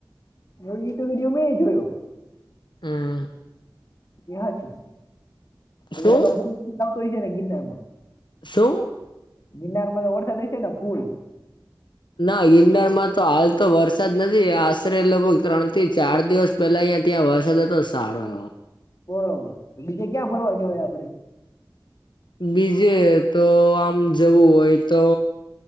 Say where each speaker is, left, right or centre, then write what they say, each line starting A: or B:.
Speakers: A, on the left; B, on the left.
A: એ વિડીયો મે જોયો
B: હમ્મ.
A: ત્યા છું તયા
B: શું
A: તો ફુલ તો હોય છે ને ગિરનારમાં
B: શું
A: ગીરનારમાં તો વરસાદ હશેને ફૂલ
B: ના ગિરનારમાં તો હાલ તો વરસાદ નથી આશરે લગભગ ત્રણ થી ચાર દિવસ પેલા અહિયાં ત્યાં વરસાદ હતો સારો એવો
A: બરોબર તો બીજે ક્યાં ફરવા જવાય આપડે
B: બીજે તો આમ જવું હોય તો